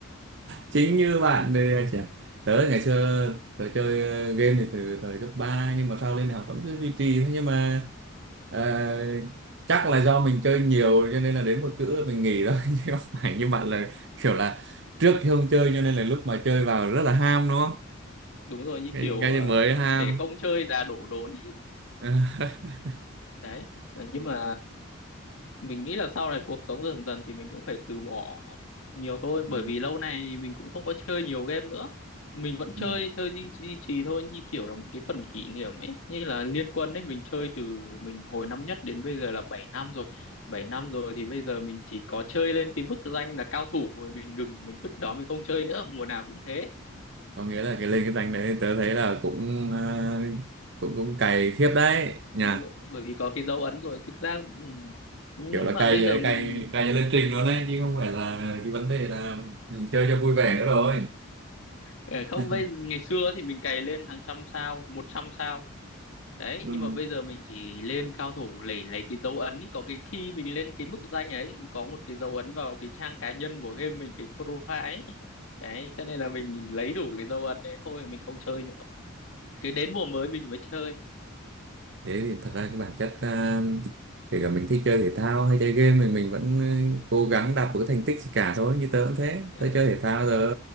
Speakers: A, on the right (about 60°); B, on the left (about 75°).
A: chính như bạn thì chả- tớ ngày xưa tớ chơi game thì từ thời cấp 3 nhưng mà sau lên đại học vẫn cứ duy trì thôi nhưng mà ờ, chắc là do mình chơi nhiều cho nên là đến một cữ mình nghỉ đó <laughs> chứ không phải như bạn
B: Ừ,
A: là kiểu là trước thì không chơi cho nên là lúc mà chơi vào rất là ham đúng không
B: đúng rồi như
A: cái,
B: kiểu
A: cái
B: ờ,
A: gì mới ham
B: trẻ không chơi già đổ đốn
A: <laughs>
B: đấy Ờ, nhưng mà mình nghĩ là sau này cuộc sống dần dần thì mình cũng phải từ bỏ nhiều thôi
A: Ừ,
B: bởi vì lâu nay mình cũng không có chơi nhiều game nữa mình vẫn
A: ừ.
B: chơi chơi duy duy trì thôi như kiểu là một cái phần kỷ niệm ấy như là Liên Quân ấy mình chơi từ mình hồi năm nhất đến bây giờ là 7 năm rồi bảy năm rồi thì bây giờ mình chỉ có chơi lên cái bức danh là cao thủ rồi mình ngừng mình vứt đó mình không chơi nữa mùa nào cũng thế
A: có nghĩa là cái lên cái rank đấy tớ thấy là cũng ờ, cũng cũng cày khiếp đấy nhỉ
B: đúng rồi bởi vì có cái dấu ấn rồi thực ra ừ, nhưng
A: kiểu là
B: mà
A: cày
B: bây
A: vậy
B: giờ mình
A: cày cày lên trình luôn đấy chứ không phải là cái vấn đề là chơi cho vui vẻ nữa rồi
B: Ờ, không
A: <laughs>
B: bây ngày xưa thì mình cày lên hàng trăm sao một trăm sao đấy
A: ừ.
B: nhưng mà bây giờ mình chỉ lên cao thủ để lấy cái dấu ấn ý. có cái khi mình lên cái mức danh ấy có một cái dấu ấn vào cái trang cá nhân của game mình cái profile ấy. đấy cho nên là mình lấy đủ cái dấu ấn đấy thôi mình không chơi nữa cứ đến mùa mới mình mới chơi
A: thế thì thật ra cái bản chất à, kể cả mình thích chơi thể thao hay chơi game mình mình vẫn ừ, cố gắng đạt một cái thành tích gì cả thôi như tớ cũng thế
B: Ờ,
A: tớ chơi thể thao tớ